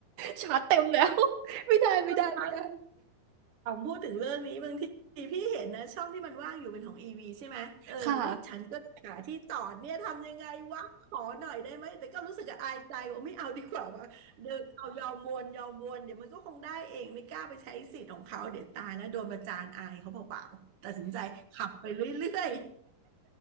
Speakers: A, on the right (about 85°); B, on the right (about 50°).
A: <laughs> ชาร์จเต็มแล้ว <laughs> ไม่ได้ไม่ได้ไม่ได้
B: มันทั้ง ผมพูดถึงเรื่องนี้บางทีพี่เห็นนะช่องที่มันว่างอยู่เป็นของอีวีใช่ไหมเออพวกฉันก็จะหาที่ต่อเนี่ยทำยังไงวะขอหน่อยได้ไหมแต่ก็รู้สึกอายใจว่าไม่เอาดีกว่าว่าเดินเอายอมวนยอมวนเดี๋ยวมันก็คงได้เองไม่กล้าไปใช้สิทธิ์ของเขาเดี๋ยวตายแล้วโดนประจานอายเขาเปล่าๆตัดสินใจขับไปเรื่อย
A: ค่ะ